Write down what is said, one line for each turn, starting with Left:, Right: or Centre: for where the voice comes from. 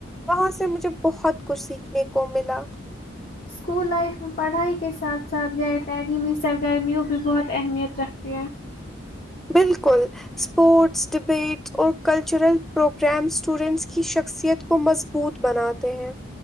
Centre: وہاں سے مجھے بہت کچھ سیکھنے کو ملا
Left: اسکول لائف میں پڑھائی کے ساتھ ساتھ غیر تعلیمی سرگرمیوں بھی بہت اہمیت رکھتے ہیں
Centre: بالکل اسپورٹس ڈبیٹس اور کلچرل پروگرامس اسٹوڈینٹس کی شخصیت کو مضبوط بناات ت ہیں